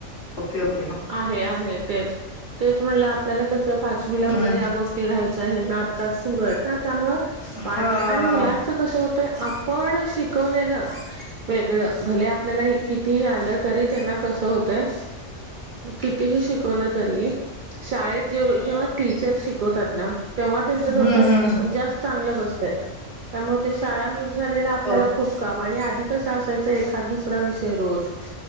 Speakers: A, on the left (about 65°); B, on the right (about 55°).
A: ओके ओके
B: आहे आहे तेच तेच म्हणलं आपल्याला कस पाच ला
A: हम्म
B: वगैरे या गोष्टी राहायच्या ह्यांना आता सुरू आहेत ना त्यामुळं
A: हा
B: वाटलं
A: हा.
B: आणि मुलां च कस होतय आपण शिकवलेलं वेगळ भले आपल्याला कितीही आलं तरी त्यांना कस होतय कितीही शिकवलं तरी शाळेत जे
A: हम्म.
B: जेव्हा टीचर शिकवतात ना तेव्हा त्यांच्या
A: हम्म
B: डोक्यात
A: हम्म
B: जास्त चांगलं बसतयं. त्यामुळे ते शाळा मिस झालेल आपल्याला
A: हो
B: खूप काम आणि आधी कसं असायचं एखाद दुस सरा विषय रोज.